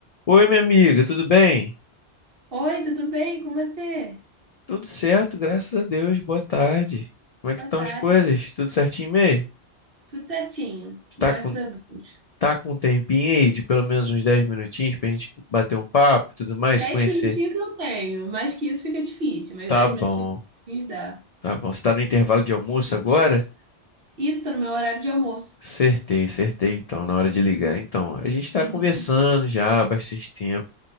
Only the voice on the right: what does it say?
Oi, tudo bem com você?
Boa
tarde.
Tudo certinho.
Graças
a Deus.
Dez
minutinhos eu tenho. Mais que isso fica difícil, mas
dez
minutinhos dá.
Isso, tô no meu horário de almoço.
<laughs>